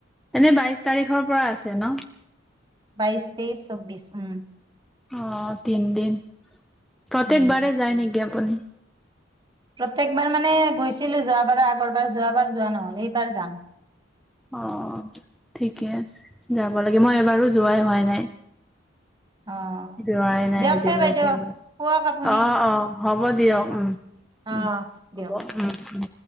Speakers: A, in the centre; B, on the right (about 20°).
A: এনেই বাইশ তাৰিখৰ পৰা আছে ন
B: বাইশ তেইছ চৌবিশ উম
A: অ তিনিদিন প্ৰত্যেকবাৰে
B: উম
A: যায় নেকি আপুনি
B: প্ৰত্যেকবাৰ মানে গৈছিলো যোৱাবাৰ আগৰবাৰ যোৱাবাৰ যোৱা নহল এইবাৰ যাম
A: অ ঠিকে আছে যাব লাগে মই এবাৰো যোৱাই হোৱা এ নাই
B: অ
A: যোৱাই নাই
B: দিয়ক
A: আজিলৈকে
B: তে বাইদেউ
A: এবাৰ।
B: হোৱক আপুনি
A: অ' অ' হব দিয়ক উম
B: অ
A: উম হব
B: দিয়ক
A: উম উম